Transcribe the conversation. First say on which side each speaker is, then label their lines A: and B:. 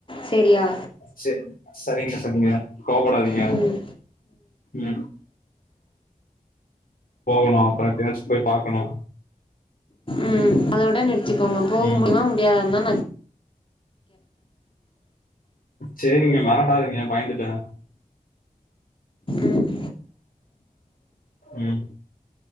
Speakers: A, on the left (about 35°); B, on the left (about 65°).
A: செரியா
B: சேரிங் சரிங்க சரிங்க கோவப்படாதீங்க
A: ம்
B: ம் போகணு அப்பறோ பேஸ் போய் பாக்கணு
A: ம் அதோட நிறுத்திக்கோங்க போக
B: ம்
A: முடியுமா முடியாதான் தா நா
B: சேரிங்க மெரட்டாதீங்க பய்ந்துட்டே
A: ம்
B: ம்